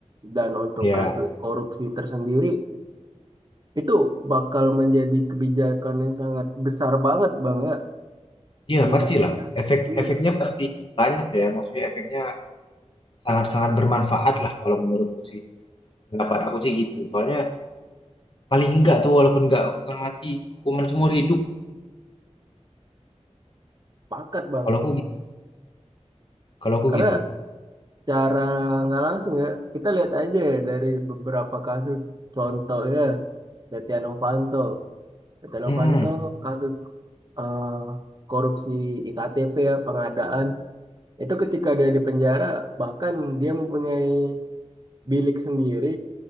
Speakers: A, on the right; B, on the left.
A: Dan untuk
B: ya,
A: kasus korupsi tersendiri itu bakal menjadi kebijakan yang sangat besar banget Bang ya
B: ya
A: di Indonesia.
B: pastilah. Efek-efeknya
A: Iya,
B: pasti banyak ya. Maksudnya efeknya Sangat-sangat bermanfaat lah kalau menurutku sih. Pendapat aku sih gitu. Soalnya paling enggak tuh walaupun enggak hukuman mati, hukuman seumur hidup.
A: pakat Bang.
B: Kalau aku gitu. Kalau aku
A: Karena
B: gitu.
A: cara nggak langsung ya, kita lihat aja ya dari beberapa kasus. Contohnya Setia Novanto. Setia Novanto
B: Mhm,
A: kasus eh, korupsi IKTP ya pengadaan itu ketika dia di penjara bahkan dia mempunyai bilik sendiri